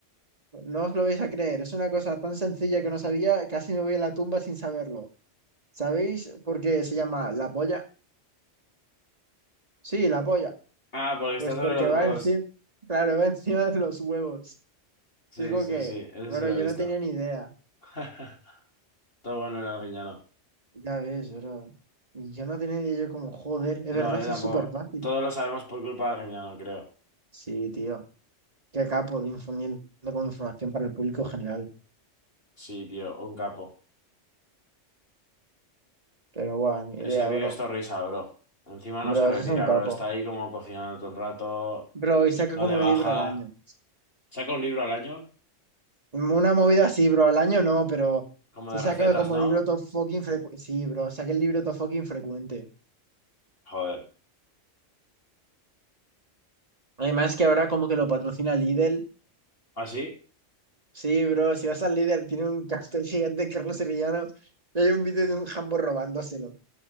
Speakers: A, on the right; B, on the left.
A: No os lo vais a creer, es una cosa tan sencilla que no sabía, casi me voy a la tumba sin saberlo. ¿Sabéis por qué se llama la polla? Sí, la polla.
B: Ah, porque está
A: Pues
B: sobre
A: porque
B: los
A: va
B: huevos.
A: encima, claro, <laughs> va encima de los huevos.
B: Sí,
A: Es como
B: sí,
A: que,
B: sí, ese
A: bueno,
B: sí lo
A: yo
B: he visto.
A: no tenía ni idea.
B: <laughs> Todo bueno el Arguiñano.
A: Ya ves, bro. Y yo no tenía ni idea, yo como, joder, es
B: No,
A: verdad,
B: yo
A: sí
B: tampoco.
A: es súper fácil.
B: Todos lo sabemos por culpa de Arguiñano, creo.
A: Sí, tío. Qué capo de infundiendo con información para el público general.
B: Sí, tío, un capo.
A: Pero guau, ni
B: Ese
A: idea,
B: pibe
A: bro.
B: es risa, bro. Encima
A: Bro,
B: no se retira,
A: ese es un capo.
B: bro. Está ahí como cocinando todo el rato.
A: Bro, y saca
B: No
A: como
B: le baja.
A: un libro al año.
B: Saca un libro al año,
A: Una movida así, bro, al año no, pero
B: como
A: si
B: de
A: saca
B: recetas,
A: como
B: ¿no?
A: libro top fucking frecuente. Sí, bro, saca el libro top fucking frecuente.
B: Joder.
A: Además que ahora como que lo patrocina Lidl
B: ¿Así?
A: Sí, bro, si vas al líder, tiene un cartel gigante de Carlos Sevillano y hay un vídeo de un jambo robándoselo.